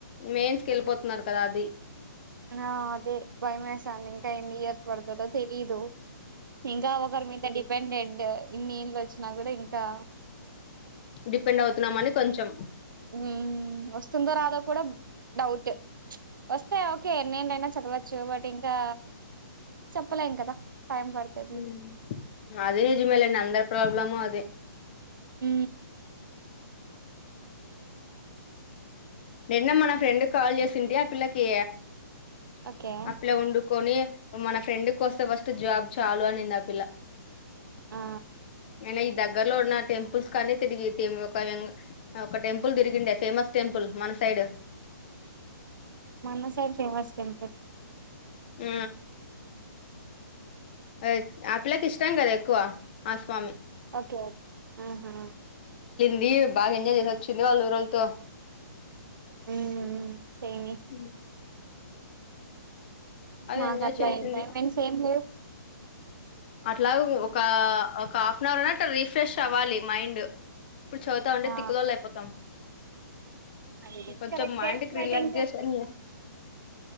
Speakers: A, on the left; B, on the right.
A: మెయిన్స్ క వెళ్ళిపోతున్నారు పరాది
B: ఆ అదే బయమేసంది ఇంకా ఎన్ని ఇయర్స్ పడుతదో తెలీదు ఇంకా ఒకరి మీద డిపెండెంట్ ఇన్ని యేండ్లోచిన నాగూడా ఇంకా
A: డిపెండ్ అవుతున్నామని కొంచెం
B: ఊ వస్తుందో రాదా కూడా డౌట్ వస్తే ఓకే నేనైనా చెప్ప చో బట్ ఇంకా చెప్పలేం కదా టైం పడుతది
A: ఊ అదీనిజమేలే నంద ప్రబ్ ఎలమ అదే
B: ఊ
A: నిన్న మన ఫ్రెండ్ కాల్ చేసింటే ఆ పిల్లకి
B: ఓకే
A: అట్లా వండుకొని మన ఫ్రెండుకొస్తే ఫస్ట్ జాబ్ చాలు అనింది ఆ పిల్ల
B: ఆ
A: <inaudible> దగ్గర లో ఉన్న టెంపుల్స్ కన్నీ తిరిగితిమ్ ఒక వెంగ ఒక టెంపుల్ తిరిగిండ ఫేమస్ టెంపుల్ మన సైడ్
B: మన సైడ్ ఫేమస్ టెంపల్
A: ఆ ఆ ఆలకి ఇష్టం కదా ఎక్కువ ఆ స్వామి
B: ఓకే ఆహా
A: ఇది బాగ ఎంజాయ్ జేసొచ్చుంది వాళ్ళ ఊరొల్తో
B: మ్మ్ సేమే
A: ఉ
B: మాకట్ల
A: ఎంజాయ్ చేసింది
B: ఎంజాయిమెంట్స్ ఏమ్ లేవ్
A: అట్లావి ఒక ఒక హాఫ్ అన్ అవర్ ఐన అ రీఫ్రెష్ అవ్వాలి మైండ్ ఇప్పుడు చదువుతాంటే
B: ఆ
A: తిక్కులోళ్లు అయిపోతాం
B: అది గూడ
A: కొంచెం
B: కరెక్టే
A: మైండ్ కి
B: బట్
A: రిలాక్సేషన్
B: ఇంకా